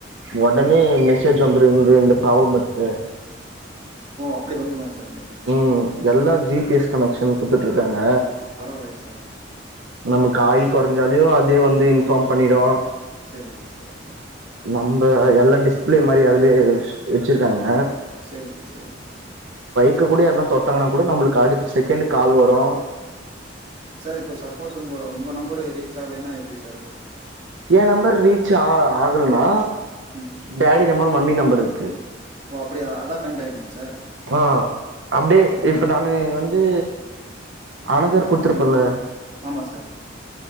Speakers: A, on the right; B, on the right.
A: அப்டிங்களா
B: உடனே
A: சார்
B: மெசேஜ் வந்துரு இங்க இந்த பராப்ளம் இருக்கு
A: ஓ அப்டி வந்துருமா சார் மெஸ்
B: ம் எல்லா ஜி பி எஸ் கனெக்ஷன் குடுத்துட்ருக்காங்க
A: பரவால்லயே சார்
B: நமக்கு ஆயில் கொறைஞ்சாலியு அதே வந்து இன்ஃபார்ம் பண்ணிடு
A: சரிங் சார் சரிங் சார்
B: நம்ப எல்லா டிஸ்பிளே மாரி அததுலயே வச்சுருக்காங்க
A: சரிங் சார் சரிங் சார்
B: கக்கூடியே யார்னா தொட்டங்கன்னா கூட நம்மளுக்கு அடுத்த செகண்ட் கால் வரு
A: சார் இப்ப சப்போஸ் உங்க உங்க நம்பரு ரீச் ஆலைன்னா எப்படி சார்ரு
B: ஏ நம்பர் ரீச் ஆ ஆகலன்னா
A: ம்
B: டேடி நம்பர் மம்மி நம்பர் இருக்கு
A: ஓ அப்படியா அதா கனெக்ட் ஆகிக்குமா சார்
B: ஆ அப்டியே
A: பரவா
B: இப்ப நானு வந்து அனதர் குடுத்திருப்பல்ல
A: ஆமா சார்